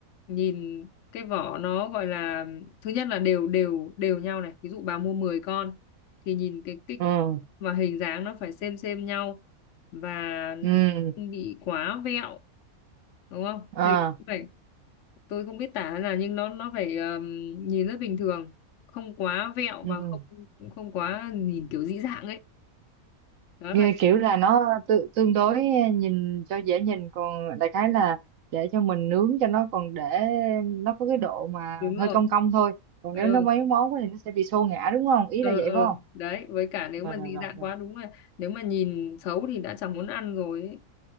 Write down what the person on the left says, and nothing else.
nhìn cái vỏ nó gọi là thứ nhất là đều đều đều nhau này ví dụ bà mua 10 con thì nhìn cái kích
và hình dáng nó phải xem xem nhau và nó
không bị quá vẹo đúng không
hình cũng phải tôi không biết tả là nhưng nó nó phải ờm, nhìn rất bình thường không quá vẹo
và không không quá nhìn kiểu dị dạng ấy đó
là
đúng
rồi
ừ
ừ
ừ
đấy với cả nếu
mà
dị dạng
quá đúng là nếu mà nhìn xấu thì đã chẳng muốn ăn rồi ấy.